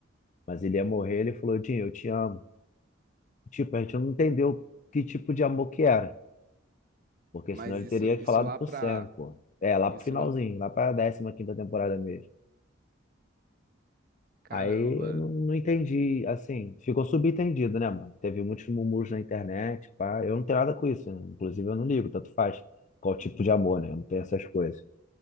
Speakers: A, on the left; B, on the right.
A: Mas ele ia morrer, ele falou, Jim, eu te amo. Tipo, a gente não entendeu que tipo de amor que era. Porque
B: Mas
A: senão ele
B: isso,
A: teria falado
B: isso lá
A: pro
B: pra.
A: Sam, pô. É, lá
B: Isso
A: pro finalzinho,
B: lá.
A: lá pra décima quinta temporada mesmo.
B: Caramba,
A: Aí eu não, não entendi, assim, ficou subentendido, né, mano? Teve muitos murmúrios na internet, pá. Eu não tenho nada com isso, né? Inclusive eu não ligo, tanto faz. Qual tipo de amor, né? Eu não tenho essas coisas.